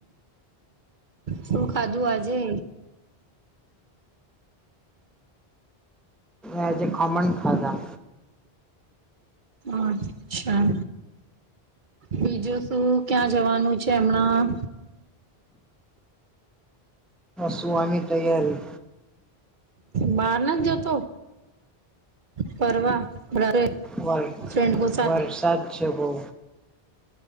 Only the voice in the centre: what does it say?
એ જે ખમણ ખાધા
સુ વાની તૈયારી
વર
વરસાદ છે બહુ